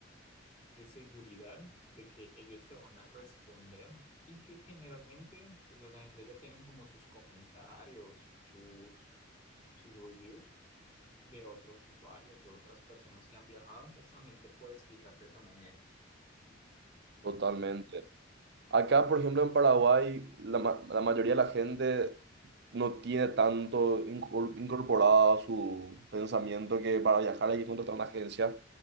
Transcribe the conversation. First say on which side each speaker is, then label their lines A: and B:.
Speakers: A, on the left; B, on the right.
A: de seguridad de que ellos se van a responder y que generalmente pues las agencias ya tienen como sus comentarios, sus, sus reviews de otros usuarios o otras personas que han viajado, entonces también te puedes fijar de esa manera, creo
B: Totalmente.
A: que sí.
B: Acá, por ejemplo, en Paraguay, la, ma- la mayoría de la gente no tiene tanto incor- incorporado a su pensamiento que para viajar hay que contratar una agencia,